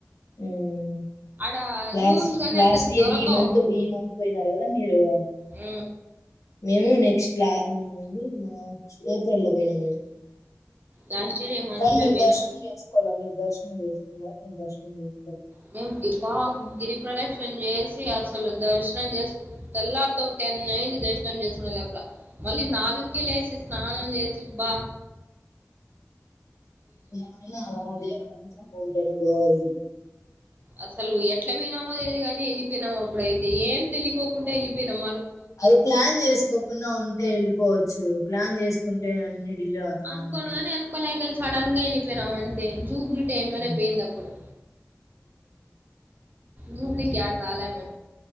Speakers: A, on the left; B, on the right.
A: హ్మ్
B: ఆడ
A: లాస్ట్,
B: రూమ్స్ గానీ
A: లాస్ట్
B: అంత
A: ఇయర్
B: దొరకవు
A: ఈ మంత్ ఈ మంత్ పొయినారు గదా మీ మీరు
B: అ
A: మేము నెక్స్ట్ లా <unintelligible> మ ఏప్రిల్ లో పోయినం మేం
B: లాస్ట్ ఇయర్ ఈ మంత్లో
A: కనీ, మీర్
B: పోయినా
A: దర్శనం చేసుకోలే మీర్ దర్శనం చేసుకున్నా. నేను దర్శనం చేసుకొ
B: మేం బిబాగ్ గిరి ప్రదక్షిణ చేసి, అసలు దర్శనం జేసుకు తెల్లార్తో టెన్ అయింది, దర్శనం చేసుకునే లోపల. మళ్ళి నాలుగ్కే లేసి, స్నానం చెస్ చిబ్బా
A: యా యా దేవుడు <unintelligible> ఉంటనే పోవల్సి
B: అసలు ఎట్ల పోయినమో తెలియదు గని వెళ్ళిపోయినమప్పుడయితే, ఏం తెలియకోకుండా వెళ్ళిపోయినం
A: అది, ప్లాన్ చేసుకోకున్న ఉంటే వెళ్ళిపోవచ్చు. ప్లాన్ చేసుకుంటే అన్ని డిలే అవుతా
B: అనుకోనుగనీ,
A: ఉంటాయి
B: అనుకోలేక సడన్గ ఎల్లిపొయినమ్ థ్యాంక్యు. ట్యూబ్లిట్ ఎయ్యంగానే
A: ఉమ్,
B: పేయిందప్పుడు జూబ్లికి, ఏడ రాలే మేం